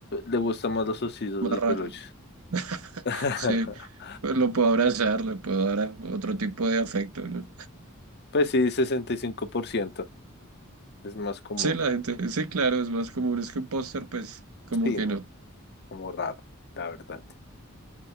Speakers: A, on the left (about 50°); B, on the right (about 85°).
A: Le gustan más los ositos
B: más raro.
A: de peluche.
B: <laughs>
A: <laughs>
B: Sí, pues lo puedo abrazar, le puedo dar a- otro tipo de afecto, ¿no?
A: Pues sí, sesenta y cinco por ciento Es más común.
B: Sí, la gente, sí, claro, es más común, es que un póster, pues, como
A: Sí,
B: que
A: no,
B: no.
A: como raro, la verdad.